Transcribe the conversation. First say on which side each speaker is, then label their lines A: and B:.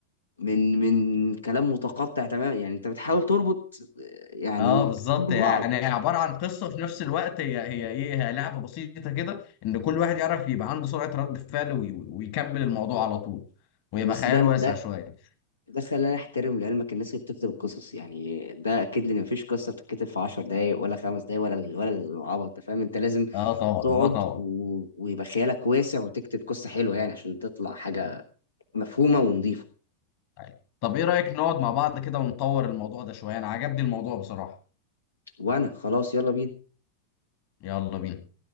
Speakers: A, on the left; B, on the left.
A: من من كلام متقطع تماما يعني أنت بتحاول تربط آه، يعني
B: اه بالظبط
A: كلمات ببعض
B: يعني هي عباره عن قصه في نفس الوقت هي هي ايه هي لعبه بسيطه كده ان كل واحد يعرف يبقى عنده سرعه رد فعل وي ويكمل الموضوع على طول ويبقى
A: بس
B: خيال
A: ده
B: واسع
A: ده
B: شويه
A: ده خلاني احترم لعلمك الناس اللي بتكتب القصص يعني ده اكيد لي ان مفيش قصه بتتكتب في 10 دقايق ولا خمس دقايق ولا ال- ولا العبط انت فاهم انت لازم
B: اه طبعا
A: تقعد
B: اه طبعا
A: و... ويبقى خيالك واسع وتكتب قصه حلوه يعني عشان تطلع حاجه مفهومه ونظيفه
B: طيب، طب ايه رأيك نقعد مع بعض كده ونطور الموضوع ده شوية انا عجبني الموضوع بصراحة
A: وانا خلاص يلا بينا
B: يلا بينا